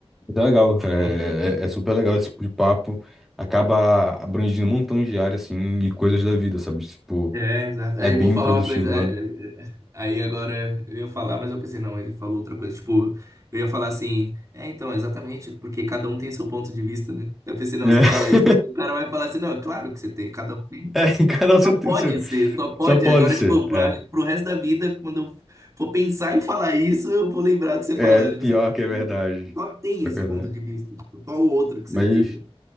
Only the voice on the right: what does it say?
Bom,
É, exato.
Aí
eu vou falar
uma coisa. é,
é, é, Aí agora eu ia falar, mas eu pensei, não, ele falou outra coisa. Tipo, eu ia falar assim, é, então, exatamente, porque cada um tem seu ponto de vista, né? Eu pensei, não,
se eu falar isso, o cara vai falar assim, não, é claro que você tem, cada um tem.
Só
pode
ser, só pode.
Agora,
tipo, pro,
acho que pro resto da vida, quando eu for pensar em falar isso, eu vou lembrar de você
falando.
Tipo, assim,
cara, qual tem
esse
ponto
de vista? Tipo, qual o outro que
você tem?